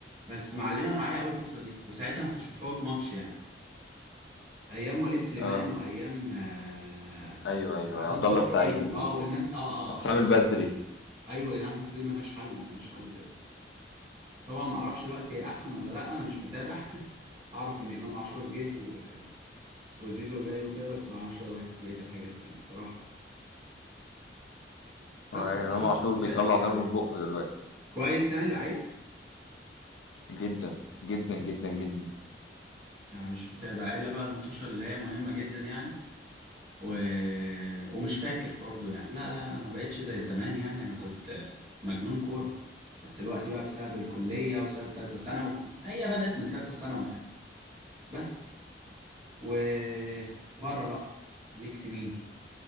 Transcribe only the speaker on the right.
بس معلمة معايا قوي الفترة دي وساعتها ما كنتش بفوت ماتش يعني ايام وليد سليمان
وايام آه،
رمضان
صبحي
و- اه
والناس اه اه
اه الفترة
ايوه يا جدعان الفتره دي ملهاش حل ملهاش حل بجد طبعا ما اعرفش الوقت هي احسن ولا لا انا مش متابع <laughs> اعرف ان امام عاشور جه و... وزيزو جاي وكده بس ما اعرفش بقى بقيت- بقيه الحاجات يعني الصراحه بس
بس
انا
من طبعي
اهلاوي
يعني
كويس يعني لعيب
انا مش متابع الا بقى المنتشر اللي هي مهمه جدا يعني و... ومش فاكر برضو يعني لا لا لا ما بقتش زي زمان يعني انا كنت مجنون كوره بس الوقت بقى بسبب الكليه وسبب تالتة ثانوي هي بدات من تالتة ثانوي يعني بس وبره بقى ليك في مين